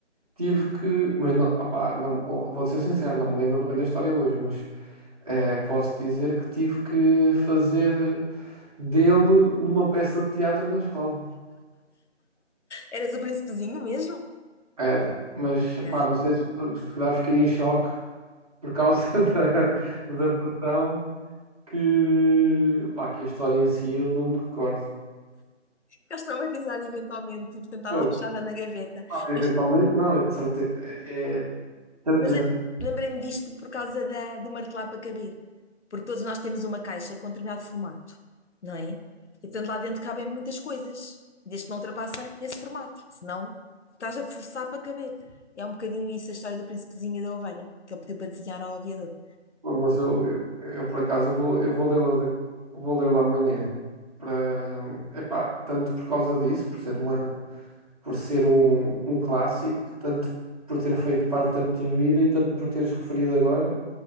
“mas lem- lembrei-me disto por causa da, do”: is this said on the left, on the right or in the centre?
Left